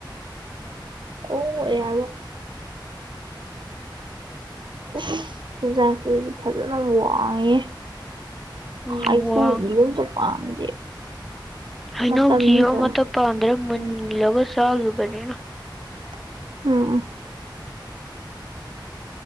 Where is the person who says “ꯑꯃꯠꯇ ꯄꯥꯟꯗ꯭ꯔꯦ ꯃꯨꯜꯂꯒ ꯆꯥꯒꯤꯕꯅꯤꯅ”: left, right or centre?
Centre